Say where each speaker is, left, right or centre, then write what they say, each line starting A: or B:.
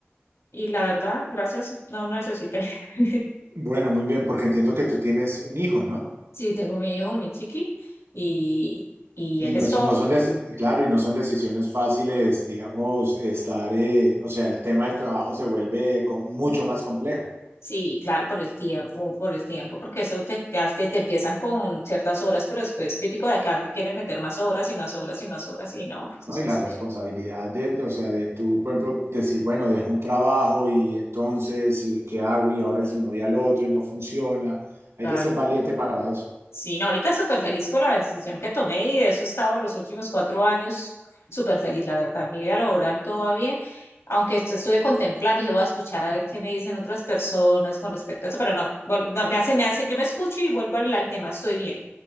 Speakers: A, on the left; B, on the right.
A: Y la verdad, gracias, no necesité. <laughs>
B: Bueno, muy bien, porque entiendo que tú tienes un hijo, ¿no?
A: Sí, tengo mi hijo, mi chiqui, y, y
B: Y
A: él
B: no,
A: es
B: eso
A: todo.
B: no son, deci- claro, y no son decisiones fáciles, digamos, estar, eh, o sea, el tema del trabajo se vuelve com- mucho más complejo,
A: Sí, claro, por el tiempo, por el tiempo, porque eso te, te, hace- te empiezan con ciertas horas, pero después típico de acá te quieren meter más horas y más horas y más horas y no. Entonces,
B: ¿no? Y la responsabilidad de, o sea, de tú, por ejemplo, decir, bueno, dejo un trabajo y entonces, ¿y ¿qué hago? Y ahora, ¿y si me voy al otro y no funciona? Hay
A: claro,
B: que ser valiente para eso.
A: sí, no, ahorita súper feliz con la decisión que tomé y de eso he estado los últimos cuatro años súper feliz, la verdad. Mi vida laboral todo va bien, aunque est- estuve contemplando, y dije, voy a escuchar a ver qué me dicen otras personas con respecto a eso, pero no, vol- no, me hace, me hace, yo me escucho y vuelvo al al tema, estoy bien.